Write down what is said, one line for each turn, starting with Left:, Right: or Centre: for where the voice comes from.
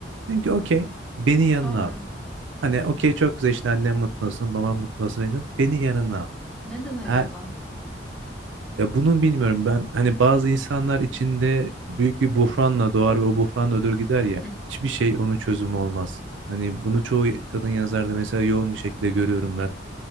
Right: Dedim ki okey beni yanına
Centre: Oldu.
Right: al. Hani okey çok güzel işte annem mutlu olsun, babam mutlu olsun. dedim. Beni yanına al.
Centre: Neden acaba?
Right: Her, Ya bunun bilmiyorum ben hani bazı insanlar içinde büyük bir buhranla doğar ve o buhran ödür gider ya.
Centre: <laughs>
Right: Hiçbir şey onun çözümü olmaz. Hani bunu çoğu kadın yazarda mesela yoğun bir şekilde görüyorum ben.